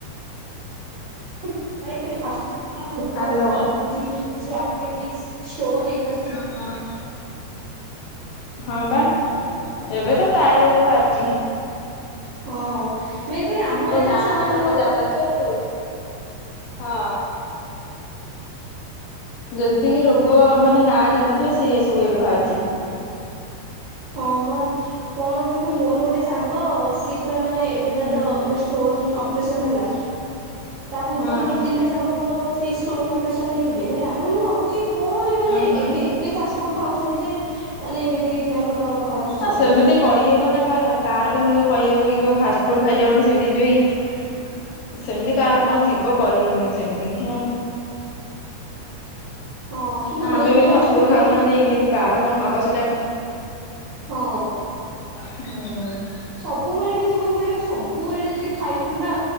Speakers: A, on the right; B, on the left.
A: <inaudible> ସେ
B: ହାଲୋ।
A: ଯୋଉ ଆପେଣ୍ଡିକ୍ସ ଷ୍ଟୋନ ଏ
B: ହଁ ହଁ ବା। ଏବେ ତ ପ୍ରାୟ ରୋଗ ବାହାରିଛି।
A: ହଁ ମେନ କରି ଆମ ଏଜର
B: ନାଁ
A: ଛୁଆ ମାନଙ୍କର।
B: ଲୋକ ଜାଣିନଥିବେ ସେ ହଁ। ଯେତିକି ରୋଗ ମାନେ ନା ଜାଣି ନଥିବେ ସେ ସବୁ ଏବେ ବାହାରୁଚି।
A: ହଁ ବା କଣ କହିଲୁ ମୋର ଗୋଟେ ସାଙ୍ଗ ସି ପୁରା ମାନେ ଏବେ
B: ହୁଁ।
A: ତାର ମାନେ ଷ୍ଟୋନ ଅପରେସନ ହେଲା। ତା ପୂର୍ବରୁ
B: ହଁ
A: ଦି ତିନିଟା ସାଙ୍ଗ ମୋର ସେଇ ଷ୍ଟୋନ ଅପରେସନ ହେଇଥିଲେ ହେଲା ମାନେ ମୁଁ ଭାବୁଛି କଣ ଏମାନେ।
B: ଓହୋ।
A: ଏମେ ଏତେ ଫାଷ୍ଟ ଫୁଡ ଖାଉଛନ୍ତି ଯେ ମାନେ ଏମିତି ତାଙ୍କର। ବାହାରୁଛି ସବୁ।
B: ସେମିତି କହିବ ନା କାହାର କାହାର। କେମିତି କଣ କହି ହବ କି କଣ ଫାଷ୍ଟ ଫୁଡ ଖାଇଲେ ବୋଲି ସେମିତି ହେଇଯିବ କି। ସେମିତି କାହାର
A: ହଁ
B: କଣ ଥିବ କହି ହବନି ସେମିତି କ।
A: ହଁ କିନ୍ତୁ
B: ଆ ଆମେ
A: ମେନ୍
B: ବି
A: କଣ
B: ଫାଷ୍ଟଫୁଡ
A: କହିଲୁ ମେନ୍
B: ଖାଉନାହାନ୍ତି କିନ୍ତୁ କାହାର କଣ ହବ ସେଇଟା କ।
A: ହଁ।
B: ହୁଁ।
A: ସବୁବେଳେ କିନ୍ତୁ କଣ କହିଲୁ ସବୁବେଳେ ଯଦି ଖାଇଲୁ ନା